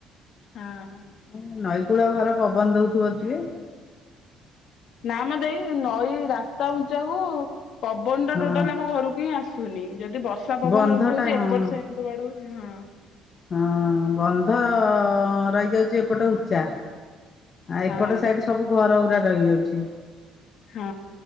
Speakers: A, on the left (about 60°); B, on the left (about 35°).
A: ହଁ।
B: ହଁ ନଈକୂଳ ଘର ପବନ ଦଉଥିବ ଟିକେ।
A: ନା ମ ଦେଇ ନଈ ରାସ୍ତା ଉଞ୍ଚାକୁ ପବନ ଟା
B: ହଁ
A: ଟୋଟାଲ ଆମ ଘରକୁ ହିଁ ଆସୁ ଶୁନି ଯଦି ବର୍ଷା ପବନ
B: ବନ୍ଧ
A: ଉଠଉଚି
B: ଟା
A: ଏପଟ
B: ହଁ
A: ସାଇଡ କୁ ବାଡଉ ହଁ।
B: ହଁ ବନ୍ଧ ରହିଯାଉଚି ଏପଟ ଉଚ୍ଚା। ଆ ଏପଟ
A: ହଁ
B: ସାଇଟ୍ ସବୁ ଘର ଉରା ରହି ଯାଉଚି।
A: ହଁ।